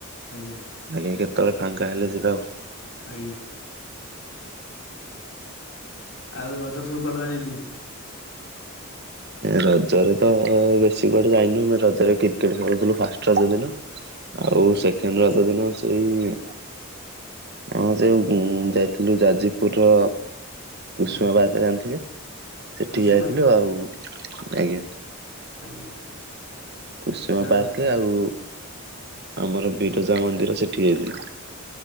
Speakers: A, on the left; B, on the right.
A: ଆଜ୍ଞା
B: ଆଜ୍ଞା କେତେବେଳେ ଫାଙ୍କା ହେଲେ ଯିବା ଆଉ।
A: ଆଜ୍ଞା ଆଉ ରଜ ସବୁ କୋଉଆଡେ ଯାଇଥିଲେ?
B: ରଜରେ ତ ବେଶୀ କୁଆଡେ ଯାଇନୁ ଆମେ ରଜରେ କ୍ରିକେଟ ଖେଳୁଥିଲୁ ଫାଷ୍ଟ ରଜ ଦିନ। ଆଉ
A: ଆଜ୍ଞା
B: ସେକେଣ୍ଡ ରଜ ଦିନ ସେଇ ହଁ ଯଉ ଯାଇଥିଲୁ ଯାଜପୁର କୁଷ୍ମା
A: ଆଜ୍ଞା
B: ପାର୍କ ଜାଣିଥିବେ। ସେଠିକି
A: କୁସୁମା
B: ଯାଇଥିଲୁ ଆଉ ଆଜ୍ଞା।
A: ଆଜ୍ଞା।
B: କୁସୁମା
A: ଆଉ ତାଙ୍କ
B: ପାର୍କ
A: ରଜ ଟା
B: ଆଉ ଆମର ବିରଜା ମନ୍ଦିର ସେଠି ଯାଇଥିଲୁ।